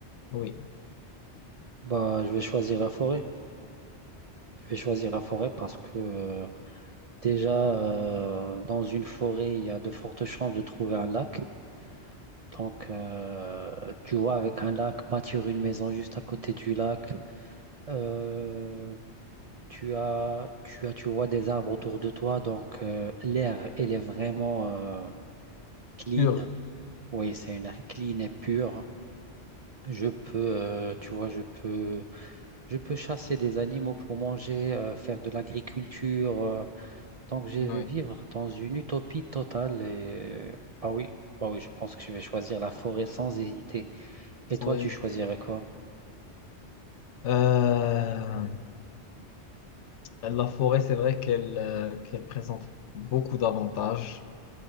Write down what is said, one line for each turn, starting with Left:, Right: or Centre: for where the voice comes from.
Left: Oui,
Right: Bah, je vais choisir la forêt. Je vais choisir la forêt parce que euh, déjà, euh, dans une forêt, il y a de fortes chances de trouver un lac. Donc, euh, tu vois, avec un lac, bâtir une maison juste à côté du lac, euh, tu as, tu as, tu vois des arbres autour de toi, donc euh, l'air, elle est vraiment euh, clean.
Left: Pur.
Right: Oui, c'est une air clean et pure. Je peux, euh, tu vois, je peux, je peux chasser des animaux pour manger, euh, faire de l'agriculture. euh. donc, je
Left: oui,
Right: vais vivre dans une utopie totale. Et euh, ah oui, bah oui, je pense que je vais choisir la forêt sans hésiter. Et
Left: sans
Right: toi,
Left: hésiter.
Right: tu choisirais quoi?
Left: Euh, Euh, La forêt, c'est vrai qu'elle euh, qu'elle présente beaucoup d'avantages.